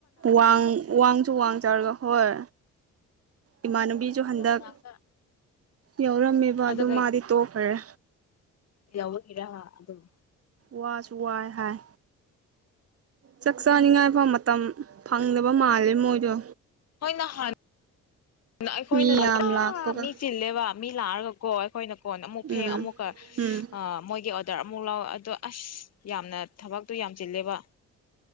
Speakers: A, on the right; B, on the left.
A: ꯋꯥꯡ ꯋꯤꯡꯁꯨ ꯋꯥꯡ ꯆꯥꯎꯔꯒ ꯍꯣꯏ ꯏꯃꯥꯟꯅꯕꯤꯁꯨ
B: ꯕꯣꯏꯁ ꯍꯣꯁꯇꯦꯜ
A: ꯍꯟꯗꯛ
B: ꯃꯅꯥꯛꯇ
A: ꯌꯥꯎꯔꯝꯃꯦꯕ
B: ꯑꯗꯨꯒ
A: ꯑꯗꯨ ꯃꯥꯗꯤ ꯇꯣꯛꯈꯔꯦ
B: ꯌꯥꯎꯕꯒꯤꯔꯥ ꯍ ꯑꯗꯨꯝ
A: ꯋꯥꯁꯨ ꯋꯥꯏ ꯍꯥꯏ ꯆꯛꯆꯅꯤꯉꯥꯏ ꯐꯥꯎ ꯃꯠ ꯃꯇꯝ ꯐꯪꯗꯕ ꯃꯥꯜꯂꯦ ꯃꯣꯏꯗꯣ
B: ꯃꯣꯏ ꯅꯍꯥꯟ ꯑꯩꯈꯣꯏꯅ
A: ꯃꯤ
B: ꯆ
A: ꯌꯥꯝ
B: <unintelligible>
A: ꯂꯥꯛꯄꯒ
B: ꯃꯤ ꯆꯤꯜꯂꯦꯕ ꯃꯤ ꯂꯥꯛꯑꯒꯀꯣ ꯑꯩꯈꯣꯏꯅ ꯀꯣꯟ ꯑꯃꯨꯛ
A: ꯎꯝ
B: ꯐꯦꯡ ꯑꯃꯨꯛꯀ
A: ꯎꯝ
B: ꯑ ꯃꯣꯏꯒꯤ ꯑꯣꯗꯔ ꯑꯃꯨꯛ ꯂꯧ ꯑꯗꯣ ꯑꯁ ꯌꯥꯝꯅ ꯊꯕꯛꯇꯣ ꯌꯥꯝꯅꯆꯤꯜꯂꯦꯕ